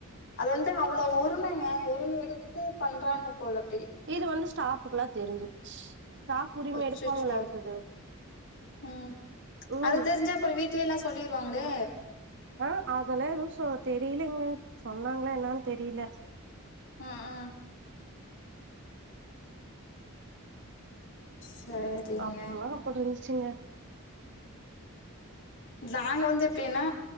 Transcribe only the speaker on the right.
இது வந்து ஸ்டாஃபக்குல்லா தெரிஞ்சிருச்சு ஸ்டாஃப் உரிம
எடுப்பாங்களா அடுத்தது
ம்
ஆ அதெல்லா எதுவு சொ தெரிலங்க சொன்னாங்ளா என்னன்னு தெரில
அப்போல்லா அப்புடி இருந்துச்சுங்க